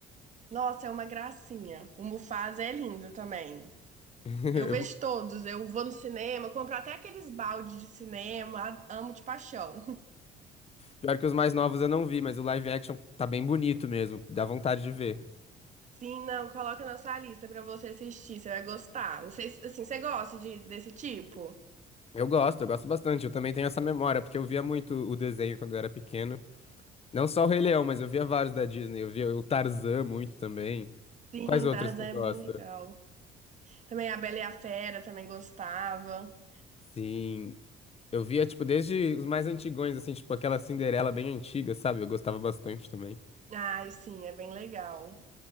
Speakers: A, on the right; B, on the left.
A: Nossa, é uma gracinha. O Mufasa é lindo também.
B: <laughs>
A: Eu vejo
B: Eu-
A: todos, eu vou no cinema, compro até aqueles balde de cinema, a- amo de paixão.
B: Pior que os mais novos eu não vi, mas o live action tá bem bonito mesmo. Dá vontade de ver.
A: Sim, não, coloca na sua lista pra você assistir, você vai gostar. Não sei se, assim, você gosta de, desse tipo?
B: Eu gosto, eu gosto bastante. Eu também tenho essa memória, porque eu via muito o desenho quando eu era pequeno. Não só o Rei Leão, mas eu via vários da Disney. Eu via o Tarzan muito também.
A: Sim,
B: Quais outros
A: Tarzan
B: tu gosta?
A: é bem legal. Também A Bela e a Fera também gostava.
B: Sim, eu via, tipo, desde os mais antigões, assim, tipo aquela Cinderela bem antiga, sabe? Eu gostava bastante também.
A: Ai, sim, é bem legal.